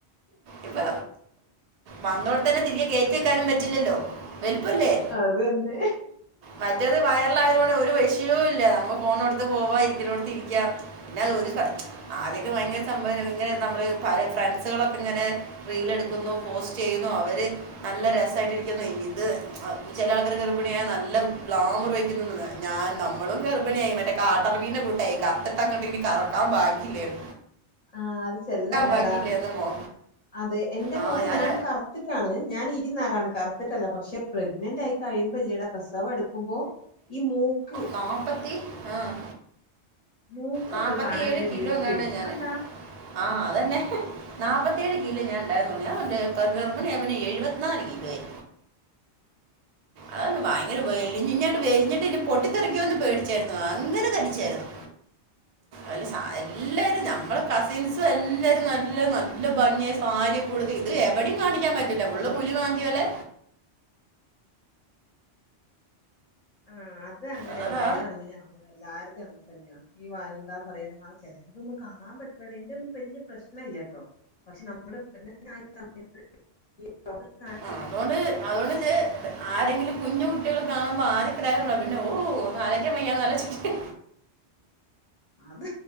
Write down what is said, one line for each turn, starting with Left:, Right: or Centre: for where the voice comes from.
Right: ഇപ്പൊ വന്നോടത്ത് തന്നെ തിരികെ കേറ്റി വെക്കാനും പറ്റില്ലല്ലോ എളുപ്പല്ലേ
Left: അതന്നെ
Right: മറ്റേത് വയറില് ആയതൊണ്ട് ഒരു വിഷയോം ഇല്ല നമ്മള് പോണോടുത്ത് പോവാ ഇരിക്കണടുത്തു ഇരിക്ക പിന്നെ ഒരു സ ആദ്യക്കെ ഭയങ്കര സംഭവാന്ന് ഇങ്ങനെ നമ്മള് ഫ്രണ്ട്സുകളൊക്കെ ഇങ്ങനെ റീല് എടുക്കുന്നു പോസ്റ്റ് ചെയ്യുന്നു അവര് നല്ല രസമായിട്ടിരിക്കുന്നു ഇത് ചെല ആൾക്കാര് ഗർഭിണിയായൽ നല്ല ഗ്ലാമറ് വെക്കുന്നന്ന് ഞാൻ നമ്മളും ഗർഭിണിയായി മറ്റേ കാട്ടാ പന്നിനെ കൂട്ടായി കറത്തിട്ട് അങ്ങോട്ട് ഇനി കറക്കാൻ ബാക്കില്ലേന്ന്
Left: ആഹ് അത് ചെലര് അങ്ങനെയാടാ
Right: ബാക്കിയില്ലായിരുന്നു മോ
Left: അതെ എന്റെ
Right: ആ
Left: മോൾക്കും
Right: ഞാൻ
Left: ഞാനും കറ ത്തിട്ടാണ് ഞാൻ ഇരുനിറാണ് കറുത്തിട്ടല്ല പക്ഷെ പ്രെഗ്നന്റ് ആയി കഴിയുമ്പോല്ലടാ പ്രസവം അടുക്കുമ്പോ ഈ മൂക്ക്
Right: നാപ്പത്തി ആഹ്
Left: മൂക്കൊക്കെ
Right: നാപ്പത്തി
Left: കാണാ
Right: ഏഴ്
Left: ഇങ്ങനെ
Right: കിലോ
Left: വീർത്ത്
Right: എങ്ങാണ്ട്
Left: വരുന്ന്
Right: ഞാന്
Left: അതെന്താ
Right: ആ അതന്നെ നാപ്പത്തി ഏഴു കിലോ ഞാൻ ഉണ്ടായിരുന്നൊള്ളു ഞാൻ ഗർഭിണിയാപ്പിന്നെ എഴുപത്തിനാല് കിലോ ആയി അതൊന്ന് ഭയങ്കര വലിഞ്ഞിട്ട് വെലഞ്ഞിട്ട് പിന്നെ പൊട്ടിത്തെറിക്കർന്ന് പേടിച്ചാരുന്ന് അങ്ങനെ തടിച്ചാരുന്നു അല്ല സ എല്ലാരും ഞമ്മള കസിൻസ് എല്ലാരും നല്ല നല്ല ഭംഗിയായി സാരിയെക്കെ ഉടുത്ത് ഇത് എവിടെയും കാണിക്കാൻ പറ്റ ല്ല ഫുള്ള് പുലി മാന്തിയ പോലെ
Left: ആഹ് അത് അങ്ങനെയാ
Right: അതോടാ
Left: വയറ് അങ്ങനെയാവൂടാ എല്ലാർക്കും അങ്ങനെ തന്നെയാ ഈ വ എന്താ പറയക എന്നാ ചെലർക്കൊന്നും കാണാൻ പറ്റില്ലടെ എനിക്കൊന്നും വലിയ പ്രശ്നം ഇല്ല കേട്ടോ പക്ഷേ നമ്മള് പ്രെഗ്നന്റ് ആയ സമയത്ത് <unintelligible>
Right: ആഹ് അതുകൊണ്ട് അതുകൊണ്ട് ഞാൻ ആരെങ്കിലും കുഞ്ഞു കുട്ടികൾ കാണുമ്പോ ആദ്യ <unintelligible> പിന്നെ ഓഹ് ഒന്ന് ആലോചിക്കാൻ വയ്യ ഒന്ന് ആലോചിച്ചേ
Left: അത്